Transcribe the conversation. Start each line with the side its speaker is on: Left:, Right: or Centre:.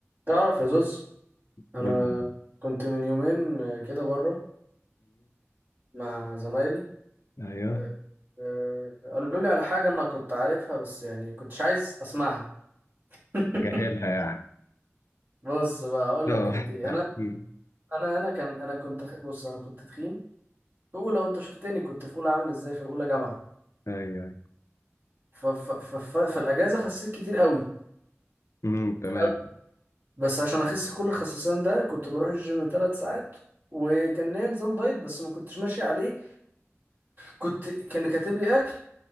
Right: تعرف يا زوز انا
Left: امم
Right: كنت من يومين آه، كده بره مع زمايلي
Left: ايوه
Right: آه، آه، قالوا لي على حاجه انا كنت عارفها بس يعني كنتش عايز اسمعها <laughs>
Left: جاهلها يعني
Right: بص بقى اقول
Left: اه
Right: لك كانت ايه
Left: احكي
Right: انا انا انا كان انا كنت خ- بص انا كنت تخين في اولى وانت شفتني كنت في اولى عامل ازاي في اولى جامعه
Left: ايوه ايوه
Right: ف ف ف ف في الاجازه خسيت كتير قوي
Left: امم تمام
Right: أوي. بس عشان اخس كل الخسسان ده كنت بروح الجيم ثلاث ساعات وكان ليا نظام دايت بس ما كنتش ماشي عليه كنت كان كاتب لي اكل